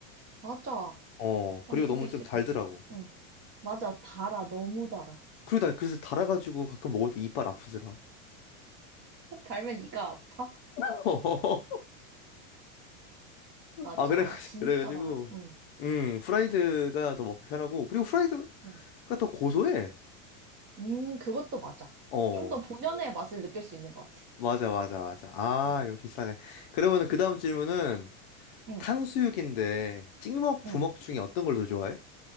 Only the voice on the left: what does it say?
어
그리고
너무
좀 달더라고
그리고 나 그래서 달아가지고 가끔 먹을 때 이빨 아프더라
<laughs>
아 그래
그래가지고
음 프라이드가 더 먹기 편하고 그리고 프라이드가
더 고소해
어
맞아 맞아 맞아 아
이거 비싸네 그러면은 그 다음 질문은
탕수육인데 찍먹 부먹
중에 어떤 걸 더 좋아해?